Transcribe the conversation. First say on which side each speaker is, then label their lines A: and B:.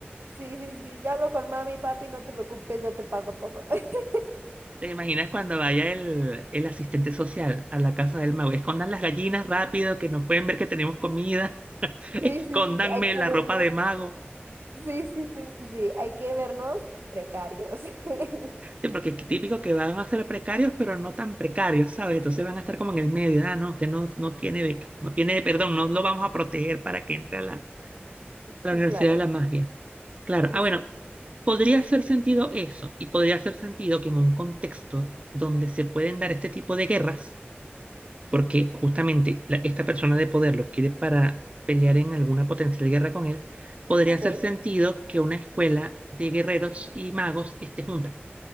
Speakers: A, on the right; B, on the right.
A: Sí, sí, sí, yo hablo con mami, papi, no te preocupes, yo te pago todo. <laughs>
B: ¿Te imaginas cuando vaya el, el asistente social a la casa del mago? Escondan las gallinas rápido, que no pueden ver que tenemos comida. <laughs>
A: Sí,
B: Escóndanme
A: sí, sí, hay que
B: la
A: vernos.
B: ropa de mago.
A: Sí, sí, sí, sí, sí, hay que vernos precarios. <laughs>
B: Sí, porque es típico que van a ser precarios, pero no tan precarios, ¿sabes? Entonces van a estar como en el medio. Ah, no, usted no, no tiene beca, no tiene, perdón, no lo vamos a proteger para que entre a la, a la
A: Sí,
B: Universidad
A: claro.
B: de la Magia. Claro.
A: Sí,
B: Ah, bueno,
A: sí.
B: podría hacer sentido eso, y podría hacer sentido que en un contexto donde se pueden dar este tipo de guerras, porque justamente la- esta persona de poder lo quiere para pelear en alguna potencial guerra con él, podría
A: Ok,
B: hacer sentido que una escuela de guerreros y magos esté junta,